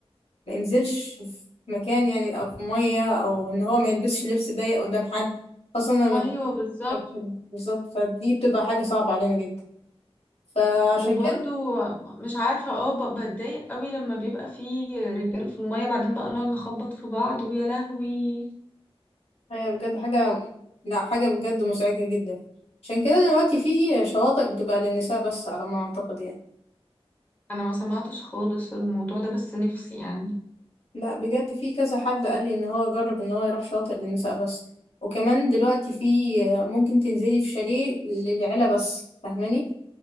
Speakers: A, on the left; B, on the left.
A: ما ينزلش في مكان يعني أو في مية أو إن هو ما يلبسش لبس ضيق قدام حد خاصة لما
B: ايوه بالظبط
A: بت- بالظبط فدي بتبقى حاجة صعبة علينا جدا فعشان
B: وبرضو
A: كده
B: مش عارفه اه ب- بتضايق قوي لما بيبقى في رجال في الميه بعدين بقى نقعد نخبط في بعض ويا لهوي
A: هي بجد حاجة لا حاجة بجد مزعجة جدا عشان كده دلوقتي في شواطئ بتبقى للنساء بس على ما أعتقد يعني
B: انا ما سمعتش خالص الموضوع ده بس نفسي يعني
A: لا بجد في كذا حد قال لي ان هو جرب ان هو يروح شاطئ للنساء بس وكمان دلوقتي في ممكن تنزلي في شاليه للعيلة بس فاهماني